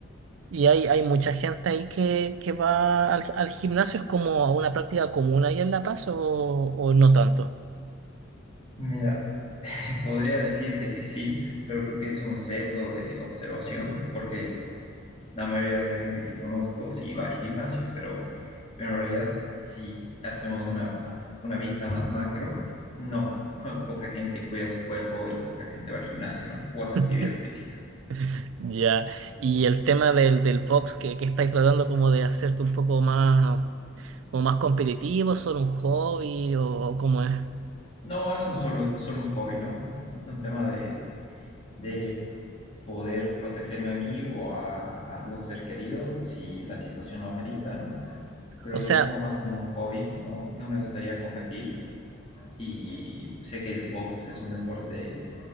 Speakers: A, on the right; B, on the left.
A: Y hay, hay mucha gente ahí que, que va al, al gimnasio, ¿es como una práctica común ahí en La Paz o, o no tanto?
B: Mira, Podría decirte que sí, pero creo que es un sesgo de observación, porque la mayoría de la gente que conozco sí va al gimnasio, pero, pero en realidad si hacemos una, una vista más macro, no, <laughs> poca gente cuida su cuerpo y poca gente va al gimnasio, ¿no? O hace
A: <laughs>
B: actividad física.
A: Ya, y el tema del, del box que, que estáis tratando como de hacerte un poco más, como más competitivo, solo un hobby o, o cómo es.
B: No, es un solo, solo un hobby, ¿no? Un, un tema de, de poder protegerme a mí o a algún ser querido si la situación lo amerita, ¿no? pero
A: O sea,
B: lo tomo más como un hobby, no, no me gustaría competir y sé que el box es un deporte,